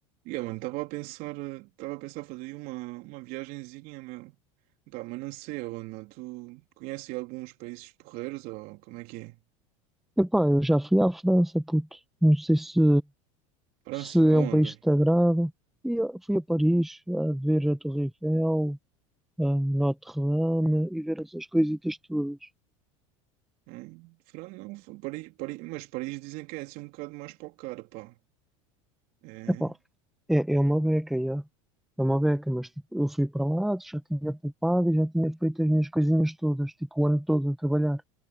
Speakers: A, on the right; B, in the centre.
A: Yeah, mano, estava a pensar, eh, estava a pensar fazer aí uma, uma viagenzinha, meu. Pá, mas não sei aonde, meu. Tu conheces alguns países porreiros ou como é que é?
B: Epá, eu já fui à França, puto. Não sei se,
A: França,
B: se
A: aonde?
B: é um país que te agrada. Fui a, fui a Paris a ver a Torre Eiffel, a Notre-Dame e ver essas coisitas todas.
A: Hum? França, não, F- Paris, Paris, mas Paris dizem que é assim um bocado mais para o cara, pá. É.
B: Epá, é, é uma beca, já. É uma beca, mas tipo, eu fui para lá, já tinha poupado e já tinha feito as minhas coisinhas todas, tipo o ano todo a trabalhar.